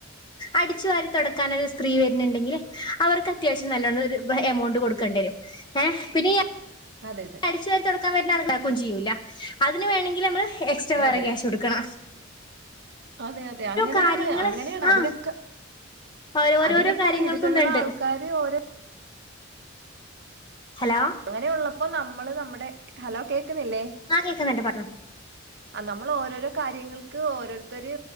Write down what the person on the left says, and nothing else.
അടിച്ചു വാരി തൊടക്കാനൊരു സ്ത്രീ വരുന്നുണ്ടെങ്കിൽ അവർക്ക് അത്യാവശ്യം നല്ലോണം ഒരു എമൗണ്ട് കൊടുക്കേണ്ടി വരും <unintelligible>
അടിച് വാരി തൊട <unintelligible> അതിന് വേണമെങ്കിൽ നമ്മള് എക്സ്ട്രാ വരെ
ക്യാഷ് കൊടുക്കണ
കാര്യങ്ങള്
ആഹ് ഓരോരോരോ
കാര്യങ്ങൾക്കും
ഇതുണ്ട്
ഹലോ
ആഹ് കേക്കുന്നുണ്ട് പറഞ്ഞോ